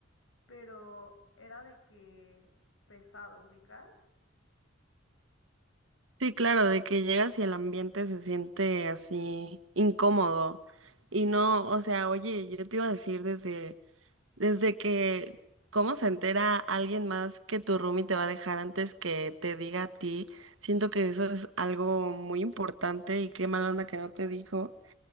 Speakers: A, on the left (about 85°); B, on the right (about 80°).
A: pero era de que pesado, ¿ubicas?
B: Sí, claro, de que llegas y el ambiente se siente así incómodo. Y no, o sea, oye, yo te iba a decir desde Desde que, ¿cómo se entera alguien más que tu roomie te va a dejar antes que te diga a ti? Siento que eso es algo muy importante y qué mala onda que no te dijo.